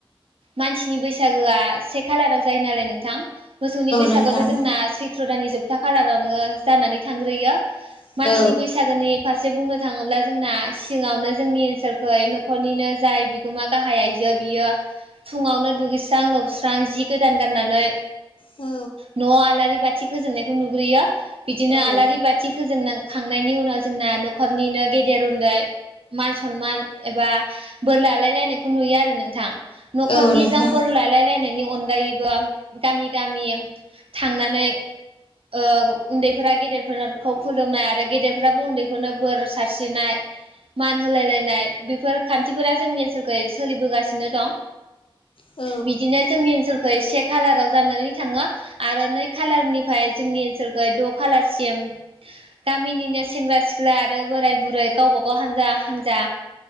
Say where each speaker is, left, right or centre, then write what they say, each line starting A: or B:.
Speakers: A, on the right (about 75°); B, on the left (about 70°).
A: मानसिनि बैसागोआ से खालाराव जायो नालाय नोंथां मोसौनि बैसागआवथ'
B: नोंथां
A: जोंना सैथ्र' दान जोबथा खालारावनो जानानै थांग्रोयो
B: औ
A: मानसिनि बैसागोनि फारसे बुंनो थाङोब्ला जोंना सिङावनो जोंनि ओनसोलखै न'खरनिनो जाय बिगोमा गाहाय आइजो बियो फुङावनो दुगैस्रां लोबस्रां जि गोदान गाननानै
B: औ।
A: न'आव आलारि बाथि फोजोंनायखौ नुग्रोयो बिदिनो
B: औ
A: आलारि बाथि फोजों खांनायनि उनाव जोंना न'खरनिनो गेदेर उन्दै मान सनमान एबा बोर लालायलायनायखौ नुयो आरो नोंथां। न'खर
B: औ
A: नि
B: नोंथां
A: जांफोर लाायलायलायनायनि अनगायैबो गामि गामि थांनानै ओ उन्दैफोरा गेदेरफोरखौ खुलुमनाय आरो गेदेरफ्राबो उन्दैफोरनो बोर सारस्रिनाय मान होलाय लायनाय बेफोर खान्थिफोरा जोंनि ओनसोलख सोलिबोगासिनो दं।
B: औ
A: बिदिनो जोंनि ओनसोलखौ एसे खालाराव जानानै थाङो आरो नै खालारनिफ्राय जोंनि ओनसोलख द' खालारसिम गामिनिनो सेंग्रा सिख्ला ब्ला आरो बोराय बुरै गावबा गाव हानजा हान्जा